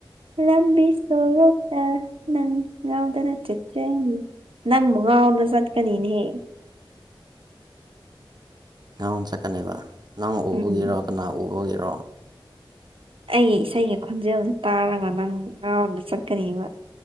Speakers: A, on the right (about 85°); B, on the right (about 50°).
A: ꯂꯝꯕꯤ ꯁꯣꯔꯣꯛꯇꯥ ꯅꯪ ꯉꯥꯎꯗꯥꯅ ꯆꯠꯆꯥꯅꯤ ꯅꯪꯕꯨ ꯉꯥꯎꯗꯥꯅ ꯆꯠꯀꯥꯅꯤꯅꯦꯍꯦ
B: ꯉꯥꯎꯅ ꯆꯠꯀꯥꯅꯦꯕꯥ ꯅꯪ ꯎꯕꯒꯤꯔꯣ
A: ꯎꯝ
B: ꯀꯅꯥ ꯎꯕꯥꯒꯤꯔꯣ
A: ꯑꯩꯒꯤ ꯏꯁꯩꯒꯤ ꯈꯣꯟꯖꯦꯜꯁꯤ ꯇꯥꯔꯥꯒ ꯅꯪ ꯉꯥꯎꯅꯥ ꯆꯠꯀꯥꯅꯤꯕꯥ